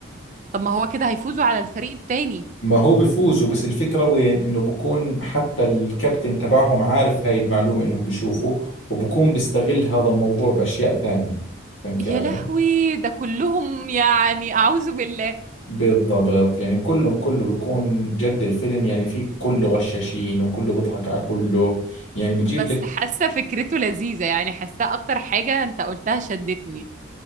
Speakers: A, on the right; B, on the left.
A: طب ما هو كده هيفوزوا على الفريق التاني
B: ما هو بفوزوا بس الفكرة وين انه بكون حتى الكابتن تبعهم عارف هاي المعلومة انهم بيشوفوا وبكون بيستغل هذا الموضوع باشياء ثانية فهمتي
A: يا
B: علي
A: لهوي ده كلهم يعني أعوذ بالله
B: بالضبط يعني كلهم كله بيكون جد الفيلم يعني في كله غشاشين وكله بيضحك على كله يعني بجيب
A: بس
B: لك
A: حاسه فكرته لذيذه يعني حاسه اكتر حاجه انت قلتها شدتني